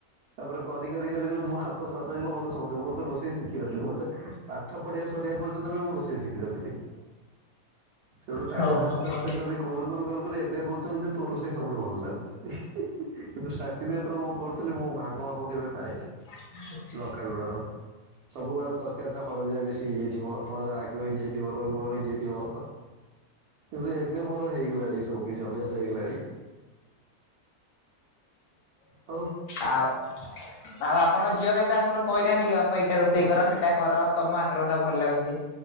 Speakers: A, on the right; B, on the left.
A: ତାପରେ କରି କରି ମୋ ହାତ ସତେଇବ ମତେ <unintelligible> ମୁଁ ତ ରୋଷେଇ ଶିଖିନଥିଲି ମତେ ପାଠ ପଢ଼ିଆ ସରିବା ପର୍ଯ୍ୟନ୍ତ ବି ମୁଁ ରୋଷେଇ ଶି ତି ରାତିରେ ସେଠୁ ତାପରେ
B: ଓହୋ
A: ଆସ୍ତେ ଆସ୍ତେ କରି କରୁ କରୁ କରୁ କରୁ ଏବେ କହୁଚନ୍ତି ତୋ ରୋଷେଇ ସବୁଠୁ ଭଲ ଲାଗୁଚି କିନ୍ତୁ <unintelligible> ଯେତେବେଳେ ମୁଁ କରୁଥିଲି ମୁଁ ଭାଗ ମାପ କେବେ ପାଇନି।
B: <unintelligible>
A: ଲଙ୍କା ଲୁଣର ସବୁବେଳେ ତରକାର ତା ହଳଦିଆ ବେଶୀ ହେଇଯାଇଥିବ ନହେଲେ ରାଗ ହେଇଯାଇଥିବ ନହେଲେ ଲୁଣ ହେଇଯାଇଥିବ। କିନ୍ତୁ ଏବେ ମୋର ହେଇଗଲାଣି ସବୁ କିଛି ଅଭ୍ୟାସ ହେଇଗଲାଣି। ହଉ
B: ଆଉ ଆଉ ଆପଣଙ୍କ ଝିଅ କେବେ ଆପ ଆପଣ କହିନାହାନ୍ତି କି ବାପା ଏଟା ରୋଷେଇ କର ସେଟା କର ତମ ହାତ ରନ୍ଧା ଭଲ ଲାଗୁଚି।